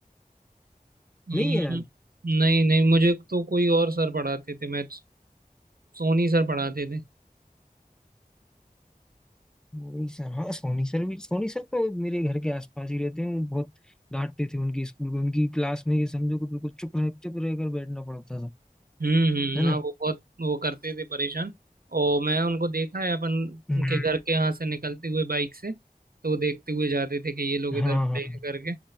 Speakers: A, on the right (about 80°); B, in the centre.
A: हम्म
B: नहीं है याद
A: हम्म। नहीं नहीं मुझे तो कोई और सर पढ़ाते थे मैथ्स सोनी सर पढ़ाते थे
B: वही सर हाँ सोनी सर भी सोनी सर तो मेरे घर के आसपास ही रहते हैं वो बहुत डांटते थे उनके स्कूल में उनकी क्लास में ये समझो कि बिल्कुल चुप रह चुप रहकर बैठना पड़ता था
A: हम्म हम्म,
B: है ना
A: हाँ वो बहुत वो करते थे परेशान और मैं उनको देखा है अपन
B: हम्म,
A: के घर के यहाँ से निकलते हुए बाइक से तो वो देखते हुए जाते थे कि ये लोग
B: हाँ
A: इधर खड़े
B: हाँ
A: हैं करके